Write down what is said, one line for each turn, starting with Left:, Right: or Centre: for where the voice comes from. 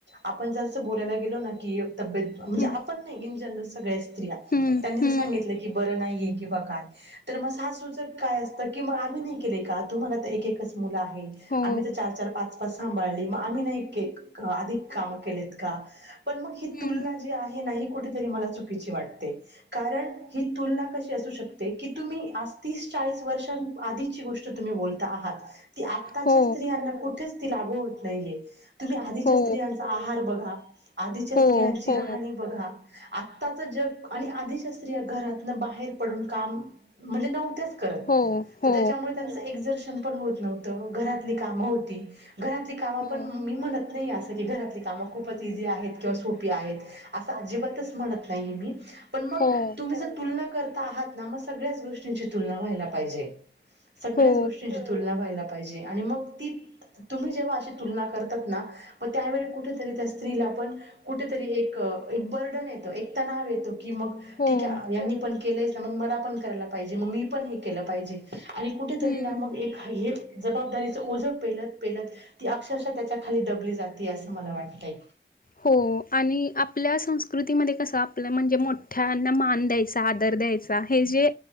Right: आपण जर असं बोलायला गेलो ना की तब्येत म्हणजे
Left: हं,
Right: आपण नाही इन जनरल सगळे अस त्यां
Left: हं,
Right: जर
Left: हं.
Right: सागितल की बर नाही ये की म्हणजे काय तर मग सासुच काय असत कि आम्ही नाही केले का तुम्हाला तर एक, एकच मुलं आहे.
Left: हो,
Right: आम्ही तर चार, चार, पाच, पाच सांभाळले मग आम्ही नाही आधिक काम केलेत का पण मगही तुलना
Left: हं.
Right: जि आहे ना ही कुठे तरी मला चुकी वाटते कारण ही तुलना कशी असू शक की तुम्ही आज तीस, चाळीस वर्षां आधीची गोष्ट तुम्ही बोलता आहात की आत्ताच्या
Left: हो,
Right: स्त्रियांना कुठेच ती लागू होत नाहीय तुम्ही आधीच्या
Left: हो,
Right: स्त्रियां आहार बघा, आधीच्या
Left: हो,
Right: स्त्रियांची
Left: हो,
Right: राहणी बघा आत्ताचं जग आणि आधीच्या स्त्रिया घरातनं बाहेर पडून काम म्हणजे नव्हत्याच करत
Left: हो, हो,
Right: त्यामुळे त्यांच एक्झर्शन पण होत नव्हतं घारातली काम होती घरातली कामं
Left: हो,
Right: पण मी म्हणत नाही अस घरातली कामं खूपच इझी आहेत किंवा सोपी आहेत असं अजिबातच म्हणत नाहीे मी पण मग
Left: हो,
Right: तुम्ही जर तुलना करता आहात ना मग सगळ्याच गोष्टींची तुलना व्हायला पाहिजे. सगळ्याच
Left: हो,
Right: गोष्टींची तुलना व्हायला पाहिजे मग ती तुम्ही जेव्हा अशी तुलना करतात ना मग त्यावेळी कुठेतरी त्या स्त्रीला पण कुठेतरी एक, एक बर्डन येत एक तणाव येत की मग
Left: हो.
Right: ठीक आहे यांनी पण केलंयच ना मग मला पण करायला पाहिजे मग मी पण हे केलं पाहिजे आणि कुठे तरी
Left: हम्म.
Right: ना मग एक हे जबाबदारीचं ओझं पेलत, पेलत ती अक्षरशः त्याच्या खाली दबली जातेय असं मला वाटतय.
Left: हो आणि आपल्या संस्कृतीमध्ये कसं आपल्या म्हणजे मोठ्यांना मान द्यायचा, आदर द्यायचा. हे जे